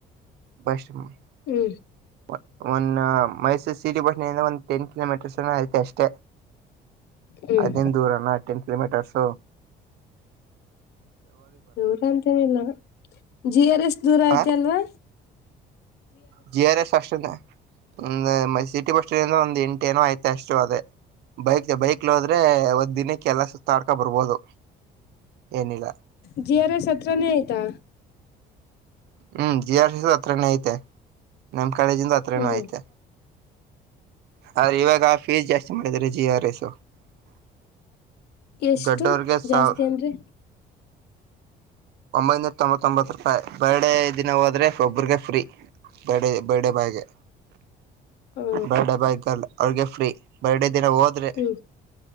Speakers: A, on the right; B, on the left.
A: ಬಷಮ <inaudible>
B: ಹ್ಮ್
A: ಒಂದು ಮೈಸೂರು ಸಿಟಿ ಭಟ್ಣಿಯಿಂದ ಒಂದ್ ಟೆನ್ ಕಿಲೋಮೀಟರ್ಸ್ನ ಐತೆ ಅಷ್ಟೇ
B: ಹ್ಮ್
A: ಐದಿನ ದೂರನ ಟೆನ್ ಕಿಲೋಮೀಟರ್ಸ್
B: ದೂರ ಅಂತೇನಿಲ್ಲ ಜಿ ಆರ್ ಎಸ್ ದೂರ
A: ಹ
B: ಐತೆ ಅಲ್ವಾ
A: ಜಿ ಆರ್ ಎಸ್ ಅಷ್ಟ ಒ ಸಿಟಿ ಬಸ್ ಒಂದ ಎಂಟ ಏನೋ ಆಯ್ತ ಅಷ್ಟು ಅದೇ ಬೈಕ್ ಬೈಕ್ಲ್ ಹೋದ್ರೆ ಒದ್ ದಿನಕ್ಕೆ ಎಲ್ಲ ಸುತ್ತಾಡ್ಕೊ ಬರ್ಬೋದು ಏನಿಲ್ಲ
B: ಜಿ ಆರ್ ಎಸ್ ಹತ್ರನೇ ಆಯ್ತಾ
A: ಹ್ಮ್ ಜಿ ಆರ್ ಸಿ ಹತ್ರನೇ ಐತೆ ನಮ್ ಕಾಲೇಜಿಂದ ಹತ್ರನ
B: ಹ್ಮ್
A: ಐತೆ ಅ್ರ ಇವಾಗ ಫೀಸ್ ಜಾಸ್ತಿ ಮಾಡಿದ್ರ ಜಿ ಆರ್ ಎಸ್
B: ಎಷ್ಟು
A: ದೊಡ್ಡರ್ಗೆ ಸವರ್
B: ಜಾಸ್ತಿ ಅಂದ್ರೆ
A: ಒಂಬೈನೂರ ತೊಂಬತ್ತೊಂಬತ್ತು ರೂಪಾಯಿ ಬರ್ಡೆ ದಿನ ಹೋದ್ರೆ ಒಬ್ರರಿಗೆ ಫ್ರೀ ಬರ್ಡ ಬರ್ಡೇ ಬಾಯ್ಗೆ
B: ಹ
A: ಬರ್ಡೇ ಬೈಕಲ್ ಅವ್ರಿಗೆ ಫ್ರೀ ಬರ್ಡೇ ದಿನ ಹೋದ್ರೆ
B: ಹ್ಮ್